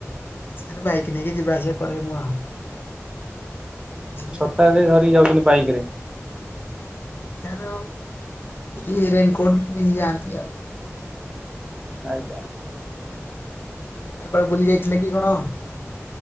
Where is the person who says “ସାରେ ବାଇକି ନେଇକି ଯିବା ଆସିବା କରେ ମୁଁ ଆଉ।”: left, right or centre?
Left